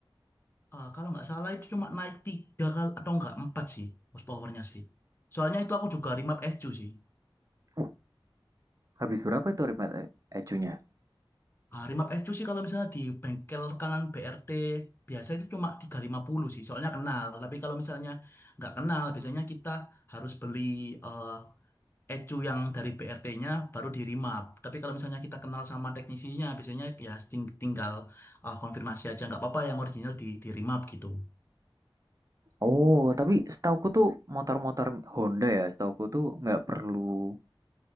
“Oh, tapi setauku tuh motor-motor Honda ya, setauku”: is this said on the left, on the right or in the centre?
Right